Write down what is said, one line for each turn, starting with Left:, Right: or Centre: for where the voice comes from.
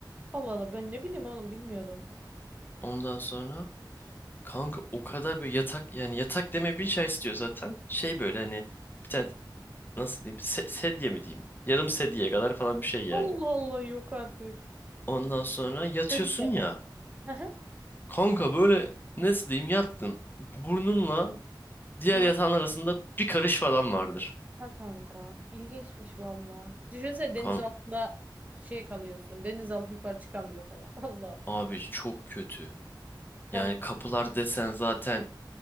Right: Allah Allah. Ben ne bileyim oğlum bilmiyordum.
Left: Ondan sonra kanka o kadar böyle yatak yani yatak demeye bin şey istiyor zaten. Şey böyle hani bir tane nasıl diyeyim se- sedye mi diyeyim? Yarım sedyeye kadar falan bir şey yani.
Right: Allah Allah yok artık.
Left: Ondan sonra yatıyorsun
Right: Çocuk yap.
Left: ya.
Right: Aha.
Left: Kanka böyle nasıl diyeyim yattın. Burnunla diğer
Right: Aa,
Left: yatağın arasında bir karış falan vardır.
Right: ha kanka. İlginçmiş valla. Düşünsene deniz
Left: Kanka
Right: altında şey kalıyorsun. denizaltı yukarı çıkamıyor falan. <laughs> Allah.
Left: abi çok kötü.
Right: Kanka
Left: Yani kapılar desen zaten